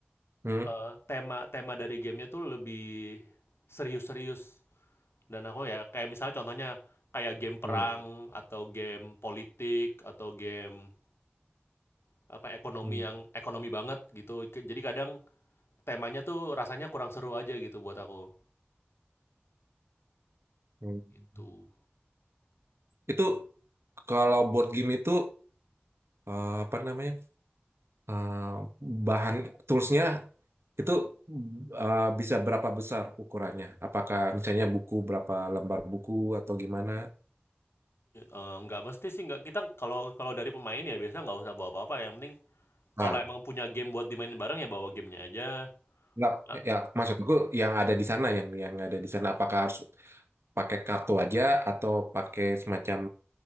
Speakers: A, on the right (about 85°); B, on the left (about 80°).
A: Hmm.
B: eh, tema tema dari gamenya tuh lebih serius-serius Dan aku ya kayak misalnya contohnya kayak game perang
A: Hmm.
B: atau game politik atau game apa ekonomi
A: Hmm.
B: yang ekonomi banget gitu. Jadi kadang temanya tuh rasanya kurang seru aja gitu buat aku.
A: Hmm.
B: Itu
A: Itu kalau board game itu eh, apa namanya? Eh, bahan toolsnya itu eh, bisa berapa besar ukurannya? Apakah misalnya buku berapa lembar buku atau gimana?
B: uh, nggak mesti sih nggak kita kalau kalau dari pemain ya biasanya nggak usah bawa apa-apa. Yang penting
A: Nah,
B: kalau emang punya game buat dimainin bareng ya bawa gamenya aja.
A: nggak,
B: Ah,
A: ya maksudku yang ada di sana yang yang ada di sana apakah harus pakai kartu aja atau pakai semacam